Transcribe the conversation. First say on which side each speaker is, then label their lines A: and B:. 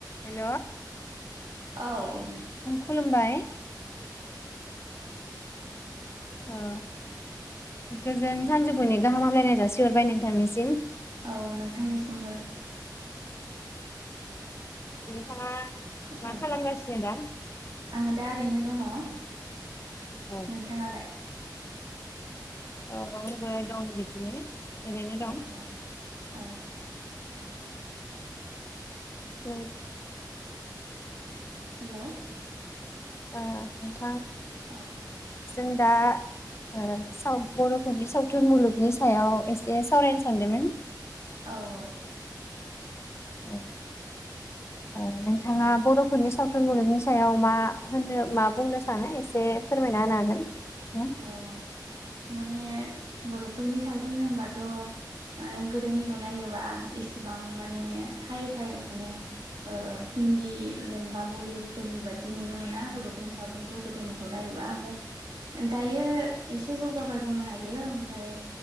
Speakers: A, on the left (about 35°); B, on the right (about 75°).
A: हेल'
B: औ ओन।
A: खलुमबाय। ओ गोजोन सानजौफुनि गाहाम हामलायनाय जासिहरबाय नोंथांनिसिम।
B: औ नोंथांनिसिमबो।
A: नोंथाङा मा
B: औ
A: खालामगासिनो दा
B: आङो दा ओरैनो। दङ।
A: औ
B: नोंथाङालाय।
A: औ औ आंबो दं बिदिनो एरैनो दं।
B: औ औ औ
A: उम।
B: हेलौ।
A: <inaudible>
B: औ।
A: जों दा। ओ सावथ बर'फोरनि सावथ थुन मुलुगनि सायाव एसे सावरायनो सानदोंमोन
B: औ औ।
A: औ ओ नोंथाङा बरफोरनि सावथुन मुलुगनि सायाव मा होनो
B: औ
A: मा बुंनो सानो एसे ए फोरमायना होनो हागोन। ना?
B: औ। माने बर'फोरनि सावथुन होनबाथ ओ गोदोनिखौ नायोबा एसेबां माने हाइ फाइ माने ओ हिन्दी जेनेबा बलिउदफोरनि बादि नुनो मोना बर'फोरनि सावथुनखौ गोदोनिखौ नायोबा ओमफ्राय दायो एसे जौगाबाय बुंनो हायो ओमफ्राय